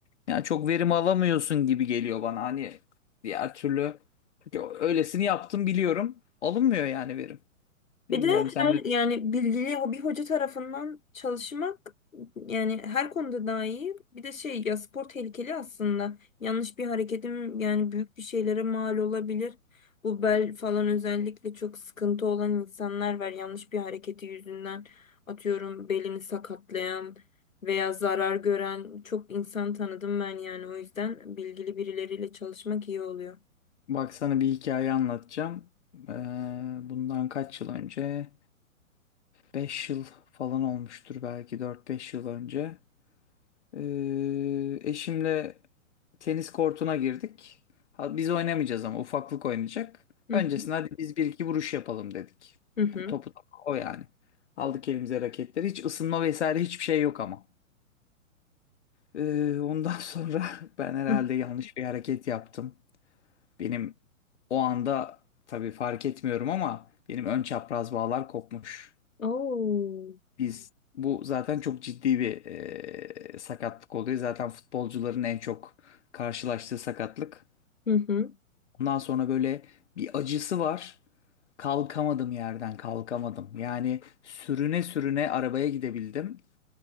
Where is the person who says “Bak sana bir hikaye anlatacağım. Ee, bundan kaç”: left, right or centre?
Left